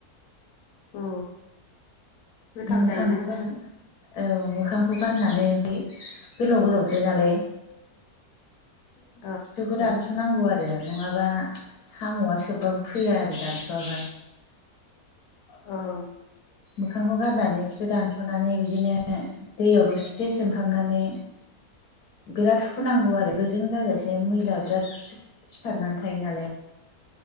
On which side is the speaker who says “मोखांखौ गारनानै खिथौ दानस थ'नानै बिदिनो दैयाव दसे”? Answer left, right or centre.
Left